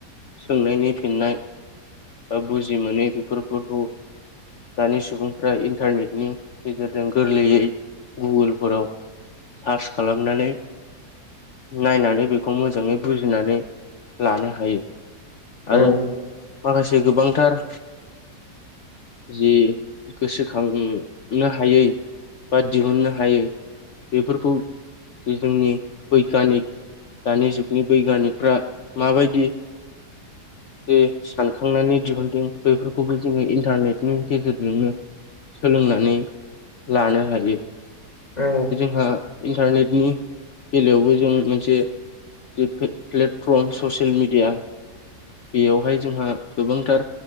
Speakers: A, on the left (about 60°); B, on the left (about 25°).
A: सोंनायनि फिननाय बा बुजि मोनै बेफोरखौ दानि सुबुंफ्रा इन्टारनेटनि गेजेरजों गोरलैयै गुगोलफोराव सार्च खालामनानै नायनानै बेखौ मोजाङै बुजिनानै लानो हायो।
B: उम
A: आरो माखासे गोबांथार जि गोसोखांनो हायै बा दिहुननो हायै बेफोरखौ जोंनि बैग्यानिक दानि जुगनि बैग्यानिकफ्रा माबायदि
B: <unintelligible>
A: जे सानखांनानै दिहुनदों बेफोरखौबो जोङो इन्टारनेटनि गेजेरजोंनो सोलोंनानै लानो हायो।
B: औ।
A: <unintelligible> इन्टारनेटनि बेलायावबो जों मोनसे जे पे-प्लेटफर्म ससियेल मिडिया बेयावहाय जोंहा गोबांथार